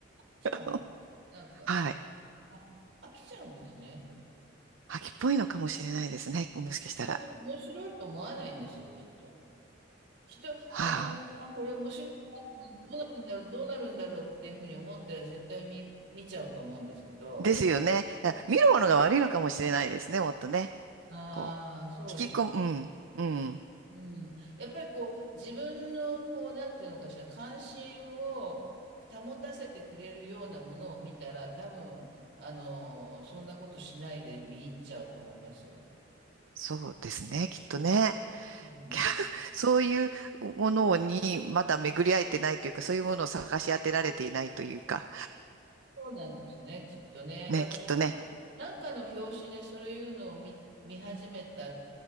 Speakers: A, on the right (about 65°); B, on the right (about 85°).
A: きちゃう。
B: <laughs>
A: なんか、
B: はい。
A: あ、飽きちゃうんですね。
B: 飽きっぽいのかもしれないですね。もしかしたら。
A: も面白いと思わないんですよ、きっと。きっと、
B: はあ。
A: あの、あ、これ面白いな、どうなるんだろう、どうなるんだろうっていうふうに思ったら絶対見、見ちゃうと思うんですけど、
B: ですよね。あ見るものが悪いのかもしれないですね。もっとね。
A: ああ、
B: こう、
A: そうですね。
B: 引き込む。うん。うん。
A: うん、やっぱりこう自分のこうなんていうのかしら関心を保たせてくれるようなものを見たら多分あのそんなことしないで見入っちゃうと思いますよ。
B: そうですね、きっとね。
A: うん、
B: <laughs> きゃそういうものにまだ巡り合えてないというか、そういうものを探し当てられていないというか、
A: そうなんですねきっとね。
B: ね、
A: だからなんか、
B: きっとね。
A: なんかの表紙でそういうのを見、見始めた